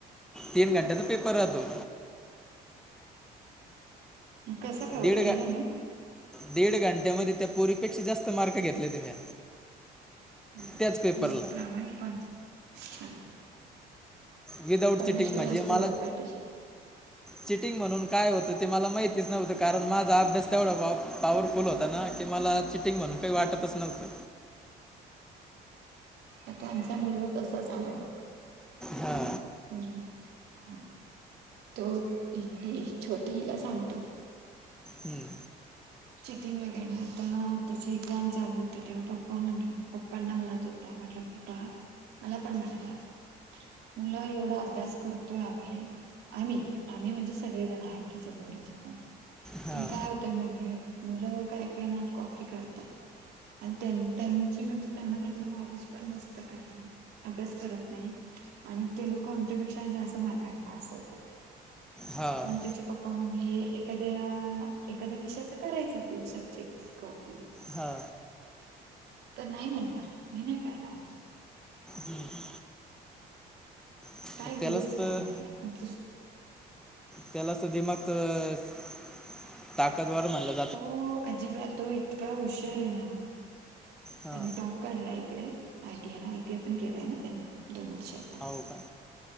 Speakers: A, in the centre; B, on the right (about 75°).
A: तीन घंट्याचा पेपर राहतो.
B: कसं कव्हर
A: दीड घ
B: केला ना?
A: दीड घंट्यामध्ये त्या पोरीपेक्षा जास्त मार्क घेतले ते मी.
B: हा
A: त्याच पेपरला
B: मग प्रामाणिकपणा छान.
A: विदाउट
B: परमेश्वर
A: चिटिंग म्हणजे
B: असतो
A: मला
B: पाठीशी
A: चिटिंग म्हणून काय होतं ते मला माहितीच नव्हतं. कारण माझा अभ्यास तेवढा भा पॉवरफुल होता ना की मला चिटिंग म्हणून काही वाटतच नव्हतं.
B: तर त्यांच्या मुलगा तसाच आहे बघ.
A: हा.
B: हम्म खाच तो ही छोटी हिला सांगतो.
A: हम्म.
B: चेकिंग वगैरे आता ना त्याची एक्झाम चालू होते तेव्हा पप्पा म्हणले पप्पांना म्हणत होते. ता म्हणलं फुट्टा मला पण म्हणाला म्हणलं एवढा अभ्यास कर. तो आम्ही आम्ही आम्ही म्हणजे सगळे जण आहेत त्याच्या जोडीचे पण
A: हां
B: पण काय होत ते <unintelligible> मुलं काय काय ना कॉफी करतात. आणि त्यांची म्हणजे, त्यांना त्यातलं नॉलेज पण नसत काही अभ्यास करत नाही. आणि ते लोक आमच्यापेक्षा जास्त मार्काने पास होतात.
A: हां हां
B: मग त्याचे पप्पा म्हणले, एखाद्या एखाद्या विषयाचा करायचा तू सब्जेक्टची कॉपी.
A: हा.
B: तर नाही म्हंटला, मी नाही करणार.
A: हम्म. मग
B: काय गरज
A: त्यालाच तर
B: काय म्हणल्या. <unintelligible>
A: त्यालाच तर <unintelligible> ताकद वार म्हणलंय.
B: तो अजिबात तो इतका हुशार आहे ना,
A: हां
B: त्यानं टॉप पडलाय इकडे आयटीयाला आयटीया पण केलाय ना त्याने दोन वर्षाच.
A: हाव का?